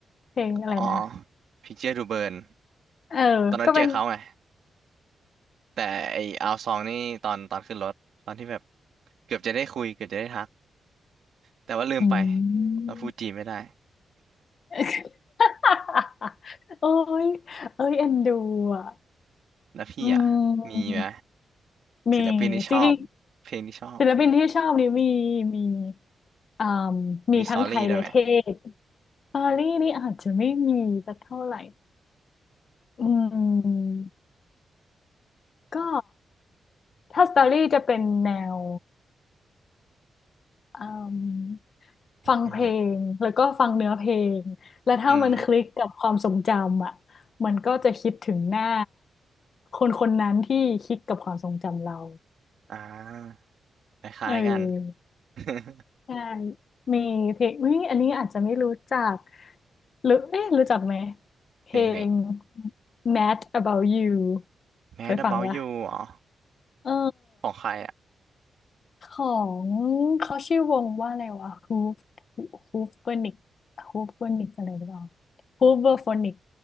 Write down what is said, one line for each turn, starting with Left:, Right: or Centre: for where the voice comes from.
Left: เพลงอะไรนะ
Right: อ๋อ Picture to Burn
Left: เออก็เป็น
Right: ตอนนั้นเจอเขาไงแต่ไอเอาซองนี่ตอนตอนขึ้นรถตอนที่แบบเกือบจะได้คุยเกือบจะได้ทักแต่ว่าลืมไป
Left: อื
Right: เราพูดจีนไม่ได้
Left: ม <laughs> โอ้ยเอ้ยเอ็นดูอ่ะ
Right: <laughs> แล้วพี่อ่ะมีไหม
Left: อืมมี
Right: ศิลปินที่ชอบ
Left: จริง
Right: เพลงที่ชอบ
Left: ๆศิลปินที่ชอบนี่มีมีอ่ามีทั้งไทยและเทศ
Right: มีสตอรี่ด้วยไหม
Left: ปารีนี่อาจจะไม่มีสักเท่าไหร่อืมก็ถ้าสตอรี่จะเป็นแนว อืมฟังเพลงแล้วก็ฟังเนื้อเพลงแล้วถ้ามันคลิกกับความทรงจำอ่ะ
Right: อือหืออืม
Left: มันก็จะคิดถึงหน้าคนคนนั้นที่คิดกับความทรงจำเรา
Right: อ่าคล้ายๆกัน
Left: เออ
Right: <laughs>
Left: ใช่มีเพลงอุ๊ยอันนี้อาจจะไม่รู้จักหรือเอ๊ะรู้จักไหมเพลง
Right: เพลงเพลง
Left: Mad About You
Right: Mad
Left: เคยฟังปะ
Right: About You อ๋อ
Left: เออ
Right: ของใครอ่ะ
Left: ของเขาชื่อวงว่าอะไรวะฮูฟฮูฟเวอร์นิกฮูฟเวอร์นิกอะไรหรือเปล่าฮูฟเวอร์โฟนิก